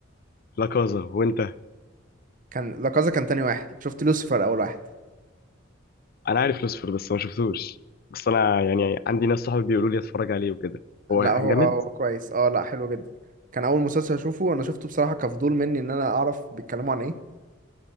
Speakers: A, on the left; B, on the right.
A: لا كازا وأنت
B: كان لا كازا كان تاني واحد شفت لوسيفر اول واحد
A: أنا عارف لوسفر بس ما شفتوش بس أنا يعني عندي ناس صحابي بيقولوا لي أتفرج عليه وكده هو
B: لا هو
A: جامد؟
B: هو كويس اه لا حلو جدا كان اول مسلسل اشوفه انا شفته بصراحة كفضول مني ان انا اعرف بيتكلموا عن ايه